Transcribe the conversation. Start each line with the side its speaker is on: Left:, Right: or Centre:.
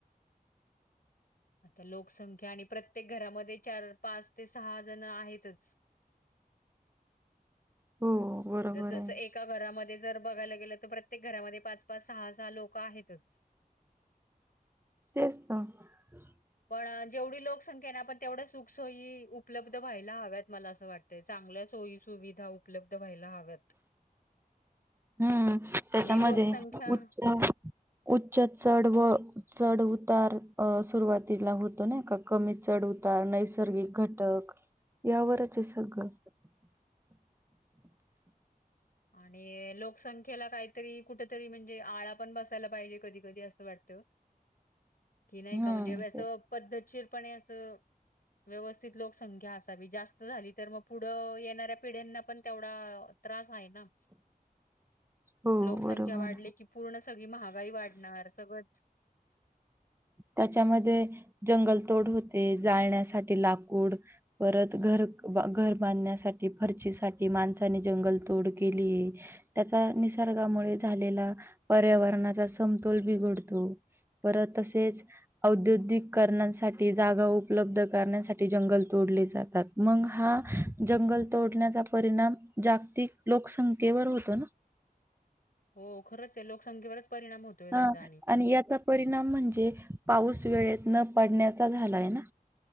Left: आता लोकसंख्या आणि प्रत्येक घरामध्ये चार पाच ते सहा जण आहेतच.
Right: हो बरोबर
Left: ज तस
Right: आहे.
Left: एका घरामध्ये जर बघायला गेलं तर प्रत्येक घरामध्ये पाच पाच सहा सहा लोक आहेतच.
Right: तेस्त तेच तर मग माप
Left: पण जेवढी लोकसंख्या ना आपण तेवढ्या सुखसोयी उपलब्ध व्हायला हव्यात मला असं वाटतंय चांग चांगल्या सोयी सुविधा उपलब्ध व्हायला हव्यात.
Right: हम्म त्याच्यामध्ये
Left: आणि लोकसंख्या
Right: उच्च च व चढ उतार सुरुवातीला होतो ना का कमी चढ उतार. नैसर्गिक घटक यावरच सगळं.
Left: <inaudible> आणि लोकसंख्येला काहीतरी कुठ तरी म्हणजे आळा पण बसायला पाहिजे कधी कधी असं वाटतं. कि नाही
Right: हम्म
Left: का म्हणजे वसं
Right: ते-
Left: पद्धतशीरपणे असं व्यवस्थित लोकसंख्या असावी जास्त झाली तर मग पुढं येणाऱ्या पिढ्यांना पण तेवढा त्रास आहे ना.
Right: हो
Left: लोकसंख्या
Right: बरोबर
Left: वाढली की पूर्ण सगळी महागाई वाढणार सगळं.
Right: त्याच्यामध्ये जंगलतोड होते. जाळण्यासाठी लाकूड परत घर घर बांधण्यासाठी फर्चीसाठीठी माणसा ज तोड के त्या निसर्गामुळे झाले पर्यावरणा समतोल बिघडतो परत तसेच औद्योगिक करण्यासाठी जागा उपलब्ध करण्यासाठी जंगल तोडले जातात मग हा जंगल तोडण्याचा परिणाम जागतिक लोकसंख्येवर होतो ना.
Left: हो खरच आहे लोकसंख्येवरच परिणाम होतोय त्याचा
Right: हा आणि याचा परिणाम म्हणजे पाऊस. वेळेत न पडण्याचा झालाय ना.